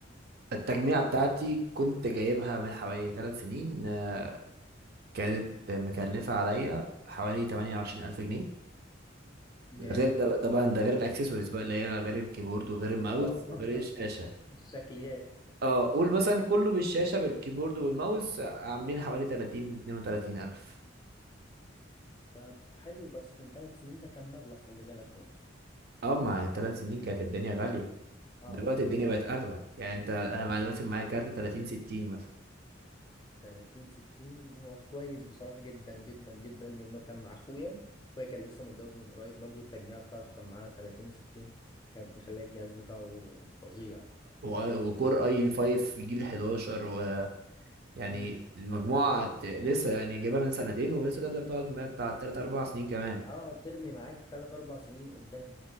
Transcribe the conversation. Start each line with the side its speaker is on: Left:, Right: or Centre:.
Right: التجميعة بتاعتي كنت جايبها من حوالي ثلاث سنين آه، كانت مكلفة عليا حوالي 28000 جنيه
Left: جامد
Right: ده غير ده طبعا ده غير الاكسسوارز بقى اللي هي غير الكيبورد وغير الماوس
Left: اه
Right: وغير
Left: <laughs>
Right: الشاشة
Left: الشكليات
Right: اه قول مثلا كله بالشاشة بالكيبورد والماوس آه، عاملين حوالي 30 32000
Left: طب حلو بس من ثلاث سنين ده كان مبلغ خلي بالك برضه
Right: اه ما ثلاث سنين كانت الدنيا غالية
Left: اه
Right: دلوقتي
Left: أنا
Right: الدنيا بقت اغلى يعني انت انا
Left: بقت اغلى
Right: مع- مثلا معايا كارت 30 60 مثلا
Left: 30 60 هو كويس بصراحة جدا جدا جدا لانه كان مع اخويا اخويا كان لسه متجوز من قريب برضه التجميع بتاعته كان معاها 30 60 كانت مخليه الجهاز بتاعه فظيع
Right: و- وكور اي 5 جيل 11 ويعني
Left: امم
Right: المجموعة ت- لسه يعني جايبها من سنتين ولسه تقدر تقعد معايا بتاع 3 4 سنين كمان
Left: اه ترمي معاك 3 4 سنين قدام